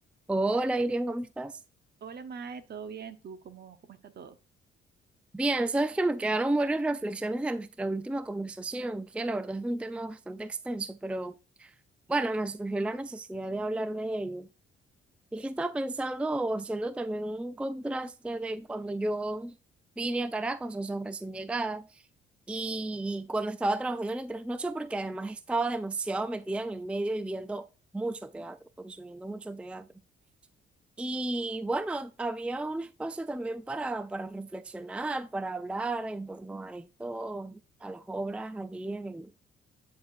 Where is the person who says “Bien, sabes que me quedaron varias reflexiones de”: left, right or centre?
Centre